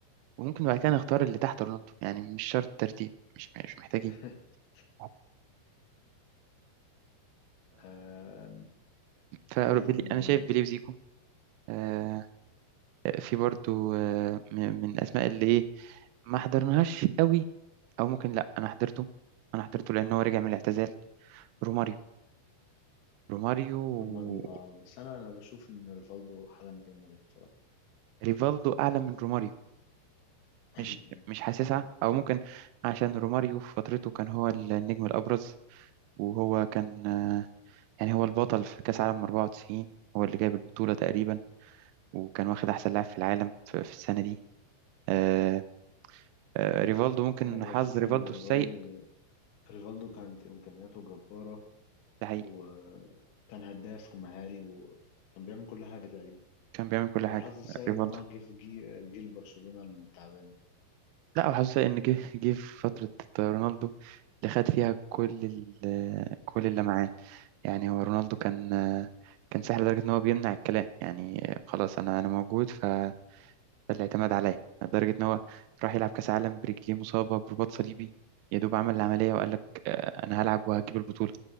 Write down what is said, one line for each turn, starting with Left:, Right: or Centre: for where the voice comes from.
Right: وممكن بعد كده نختار اللي تحت رونالدو يعني مش شرط ترتيب مش مش محتاجين
Left: <laughs>
Right: ف...
Left: آه
Right: ف
Left: يعني
Right: انا شايف بيليه وزيكو آه، في برضو آه، م- من الاسماء اللي ايه ما حضرناهاش قوي او ممكن لا انا حضرته انا حضرته لان هو رجع من الاعتزال روماريو روماريو و-
Left: روماريو اه بس أنا أنا بشوف إن ريفالدو أحلى من روماريو بصراحة
Right: ريفالدو اعلى من روماريو
Left: <clears throat>
Right: مش مش حاسسها
Left: آه،
Right: او ممكن عشان روماريو في فترته كان هو النجم الابرز وهو كان آه، يعني هو البطل في كاس عالم 94 هو اللي جايب البطولة تقريبا وكان واخد أحسن لاعب في العالم في, في السنة دي آه آه ريفالدو ممكن
Left: أنا بشوف
Right: حظ ريفالدو
Left: إن ريفالدو
Right: السيء
Left: ريفالدو كانت إمكانياته جبارة
Right: ده حقيقي
Left: وكان هداف ومهاري وكان بيعمل كل حاجة تقريبا
Right: كان بيعمل كل حاجة
Left: وحظه سيء
Right: آه، ريفالدو
Left: إن هو جه في جي- جيل برشلونة التعبان
Right: لا وحظه سيء إن جه جه في فترة رونالدو اللي خد فيها كل ال- كل اللمعان يعني هو رونالدو كان آه، كان ساحر لدرجة إن هو بيمنع الكلام يعني آه، خلاص أنا أنا موجود ف- فالاعتماد عليا لدرجة إن هو راح يلعب كأس عالم برجليه مصابة برباط صليبي يا دوب عمل العملية وقال لك آه، أنا هلعب وهجيب البطولة